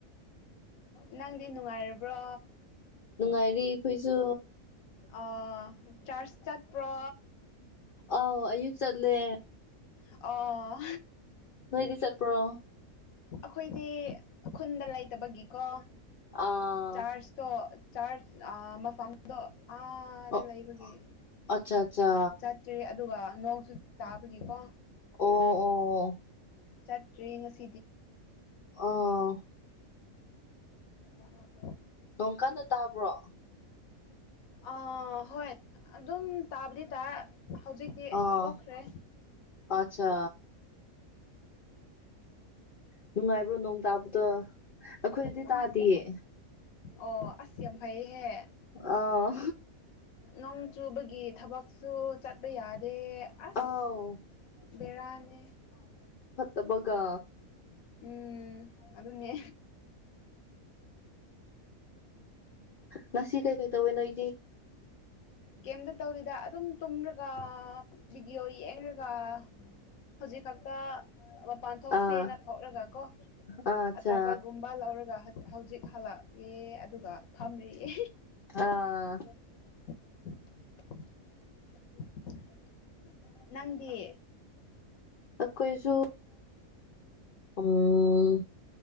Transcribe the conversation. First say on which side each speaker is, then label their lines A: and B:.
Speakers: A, on the left; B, on the left.
A: ꯅꯪꯗꯤ ꯅꯨꯡꯉꯥꯏꯔꯕ꯭ꯔꯣ
B: ꯅꯨꯡꯉꯥꯏꯔꯤ ꯑꯩꯈꯣꯏꯁꯨ
A: ꯑ ꯆꯔꯁ ꯇꯠ ꯄ꯭ꯔꯣ
B: ꯑ ꯑꯌꯨꯛ ꯆꯠꯂꯦ
A: ꯑ
B: ꯅꯣꯏꯗꯤ ꯆꯠꯄ꯭ꯔꯣ
A: ꯑꯩꯈꯣꯏꯗꯤ ꯈꯨꯟꯗ ꯂꯩꯇꯕꯒꯤꯀꯣ
B: ꯑꯥ
A: ꯆꯥꯔꯖꯇꯣ ꯆꯥ ꯑꯗ ꯑꯥꯗ
B: ꯑꯣ
A: ꯂꯩꯕꯒꯤ
B: ꯑꯠꯆꯥ ꯑꯠꯆꯥ
A: ꯆꯠꯇ꯭ꯔꯤ ꯑꯗꯨꯒ ꯅꯣꯡꯁꯨ ꯇꯥꯕꯒꯤ ꯄ
B: ꯑꯣ ꯑꯣ
A: ꯆꯠꯇ꯭ꯔꯤ ꯉꯁꯤꯕ
B: ꯑꯥ
A: ꯑ
B: ꯅꯣꯡꯀꯥꯟꯗ ꯇꯥꯕ꯭ꯔꯣ
A: ꯑ ꯍꯣꯏ ꯑꯗꯨꯝ ꯇꯥꯕꯨꯗꯤ ꯇꯥ ꯍꯧꯖꯤꯛꯇꯤ
B: ꯑꯥ
A: ꯄꯣꯛꯈ꯭ꯔꯦ
B: ꯑꯠꯆꯥ ꯅꯨꯡꯉꯥꯏꯕ꯭ꯔꯣ ꯅꯣꯡ ꯇꯥꯕꯗꯣ ꯑꯩꯈꯣꯏꯗꯤ
A: ꯅꯨꯡꯉꯥꯏꯇꯦ
B: ꯇꯥꯗꯌꯦ
A: ꯑꯣ ꯑꯁꯤꯁꯤ ꯌꯥꯝꯐꯩꯍꯦ
B: ꯑꯥ
A: ꯅꯣꯡ ꯆꯨꯕꯒꯤ ꯊꯕꯛ ꯀ ꯁꯁꯨ ꯆꯠꯄ ꯌꯥꯗꯦ ꯑꯁ
B: ꯑꯥꯎ
A: ꯕꯦꯔꯥꯅꯦ
B: ꯇꯃꯒ
A: ꯎꯝ ꯑꯗꯨ ꯑꯗꯨꯟꯅ
B: ꯉꯁꯤ ꯀꯩꯀꯩ ꯇꯧꯋꯦ ꯅꯣꯏ
A: ꯀꯩꯝꯇ ꯇꯧꯔꯤꯗ ꯑꯗꯨꯝ ꯇꯨꯝ <inaudible> ꯚꯤꯗꯤꯑꯣ ꯌꯦꯛꯔꯒ ꯍꯧꯖꯤꯛ ꯈꯛꯇ ꯃꯄꯥꯟ ꯊꯣꯛꯁꯦꯅ
B: ꯑꯥ
A: ꯊꯣꯛꯂꯒ ꯀꯣ
B: ꯑꯥ ꯑꯠꯆꯥ
A: ꯑꯆꯥꯄꯣꯠꯒꯨꯝꯕ ꯂꯧꯔꯒ ꯍꯧꯖꯤꯛ ꯍꯜꯂꯛꯒꯦ ꯑꯗꯨꯒ ꯐꯝꯔꯤꯌꯦ
B: ꯑꯥ
A: <unintelligible> ꯅꯪꯗꯤ
B: ꯀꯣꯏꯁꯨ ꯎꯝ